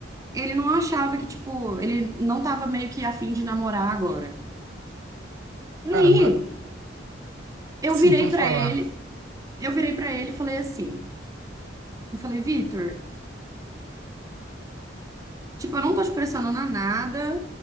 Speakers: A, on the right; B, on the right.
A: ele não achava que, tipo, ele não tava meio que afim de namorar agora. E
B: Caramba,
A: aí, eu
B: sim,
A: virei
B: pode
A: pra
B: falar.
A: ele Eu virei pra ele e falei assim, eu falei, Vitor, tipo, eu não tô te pressionando a nada,